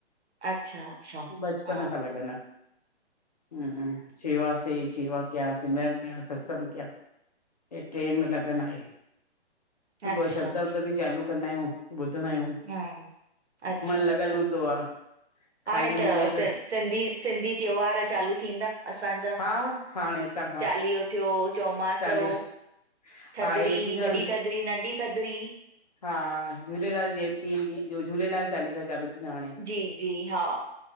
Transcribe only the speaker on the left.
बचपन
खां लॻन आ, हम्म शेवा से शेवा कियां, सिमरन कियां सत्संग कियां। हे टिंन में लगन आहे, सुबुअ
शब्द
वब्द भी चालू कंदा आहियूं। ॿुधंदा आहियूं,
मन
लॻल हूंदो आ। खाली
हूंदी आहियां
हा हाणे हितां खां
चालीह
हा हे थींदो
न,
हा झूलेलाल जयंती ईदी, झूलेलाल चालीसा चालू थींदो हाणे